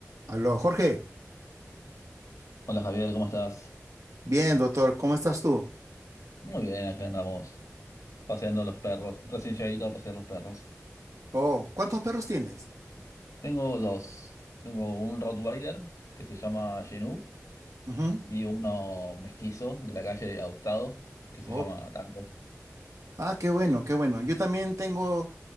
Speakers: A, on the right; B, on the left.
A: Aló, Jorge.
B: Hola Javier, ¿cómo estás?
A: Bien, doctor, ¿cómo estás tú?
B: Muy bien, acá andamos paseando los perros. Recién llegadito a pasear los perros.
A: Oh, ¿cuántos perros tienes?
B: Tengo dos. Tengo un Rottweiler que se llama Genu
A: Ujú.
B: y uno mestizo de la calle adoptado que se
A: Oh,
B: llama Tango.
A: ah, qué bueno, qué bueno. Yo también tengo